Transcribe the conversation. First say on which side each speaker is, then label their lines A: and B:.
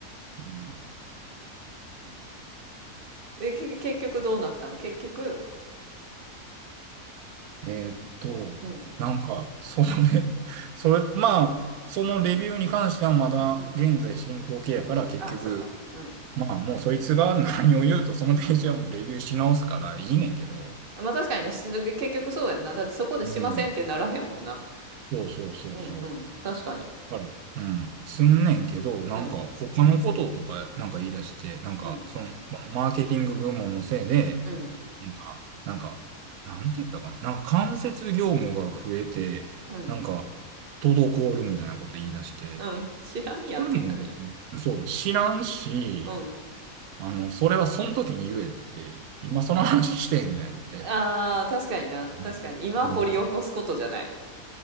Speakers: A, on the right (about 70°); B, on the right (about 40°).
A: うん、
B: え。え、け結局どうなったん結局、
A: えーっと、
B: うん、
A: なんか、そのね、それ、まあ、そのレビューに関してはまだ現在進行形やから結局、
B: うん、うん。あ、そっか。うん。
A: まあもうそいつが何を言うとそのページはもうレビューし直すからいいねんけど、
B: まあ確かにな、し結局そうやんな。だってそこでしませんってならへんもんな。
A: うん。そうそうそうそ
B: うんうん、確かに。
A: う。はいうん。すんねんけど、なんか他のこととかなんか言い出して、
B: うん、
A: なんかその、
B: うん、
A: このマーケティング部門のせいで、
B: うん、
A: なんか、なんか、なんて言ったかな。なんか間接業務が増えて、
B: うん、
A: なんか、滞るみたいなこと言い出して、
B: うん、知らんやんって感じだ。
A: それも別に、そう、知らんし、
B: うん。
A: あの、それはその時に言えっていう、今その話してんねんって。
B: ああ、確かにな。
A: うん。
B: 確かに。今掘り起こすことじゃない。
A: うん。